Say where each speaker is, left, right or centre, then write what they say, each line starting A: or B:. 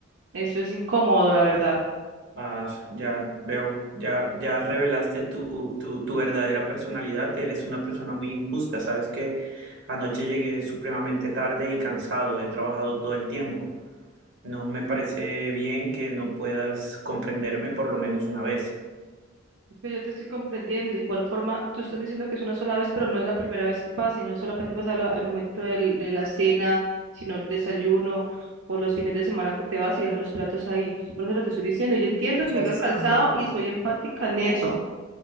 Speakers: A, on the right (about 80°); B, on the right (about 60°).
A: eso es incómodo, la verdad.
B: Ah, ya veo, ya, ya revelaste tu, tu, tu verdadera personalidad. Eres una persona muy injusta. Sabes que anoche llegué supremamente tarde y cansado. He trabajado todo el tiempo. No me parece bien que no puedas comprenderme por lo menos una vez.
A: Es que yo te estoy comprendiendo. De igual forma, tú estás diciendo que es una sola vez, pero no es la primera vez que pasa, y no solamente pasa la- al momento del- de la cena, sino el desayuno o los fines de semana que te vas y dejas los platos ahí. Por eso lo te estoy diciendo. Yo entiendo
B: No seas
A: que vengas cansado
B: tan mentiroso.
A: y soy empática en eso,